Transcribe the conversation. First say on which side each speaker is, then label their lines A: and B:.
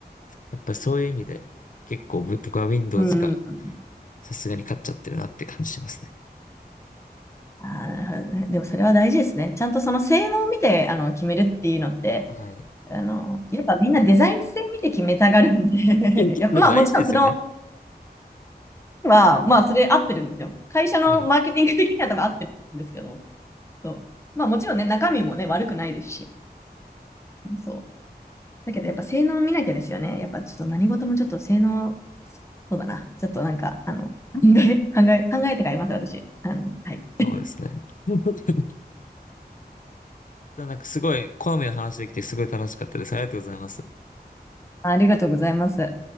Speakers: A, on the left (about 50°); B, on the left (about 15°).
A: やっぱりそういう意味で、結構ぶ僕は Windows
B: うんうん
A: がさすがに勝っちゃってるなって感じしますね。
B: ああ、なるほどね。でもそれは大事ですね。ちゃんとその性能を見てあの決めるっていうのって、
A: はい。
B: あの、やっぱみんなデザイン性見て決めたがるんで
A: いや結構でも大事ですよね。
B: <laughs> いやまあもちろんそのは、まあそれ合ってるんですよ。会社のマーケティング的には多分合ってるんですけど、
A: はい。
B: そう。まあもちろんね、中身もね、悪くないですし、そう。だけどやっぱ性能を見なきゃですよね。やっぱちょっと何事もちょっと性能、そうだな。ちょっとなんか、あの、考え、考え、考えて買います、私。あの、はい。
A: そうですね。<laughs> なんかすごい、好みの話できてすごい楽しかったです。ありがとうございます。
B: ありがとうございます。